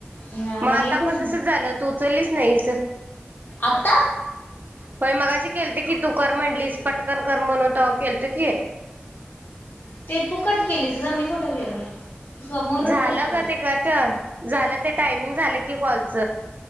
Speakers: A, on the left; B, on the right.
A: हा
B: मग आता
A: एकच
B: पण तस झालं तू उचललीच नाहीस.
A: आता
B: म्हण मग अे केलते की तू. कर म्हणलीस पटकन कर म्हणून त केलत की.
A: ते तू कट केलीस ग मी कुठं केलं. समोरून
B: झालं
A: कट केले
B: ग ते कट झालं ते टायमिंग झालं की कॉलच.